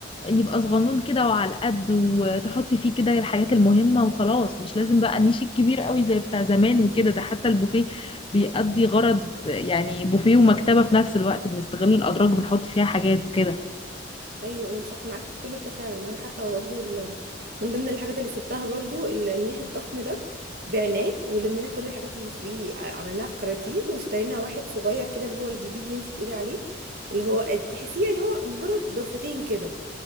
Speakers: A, on the left; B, on the right.
A: يبقى صغنون كده وعلى قد وتحطي فيه كده الحاجات المهمة وخلاص مش لازم بقى النيش الكبير قوي زي بتاع زمان وكده ده حتى البوفيه بيأدي غرض يعني بوفيه ومكتبة في نفس الوقت بنستغل الأدراج بنحط فيها حاجات وكده
B: ايوه ايوه صح معاكي في كل ده فعلا انا حتى برضو ال... من ضمن الحاجات اللي سبتها برضو ال- النيش الضخم ده بعناه ولمينا كل الحاجات اللي فيه ع- عملناها في كراتين واشترينا واحد صغير كده اللي هو الجديد اللي انتي بتقولي عليه اللي هو تحسيه يعني هو مجرد ضرفتين كده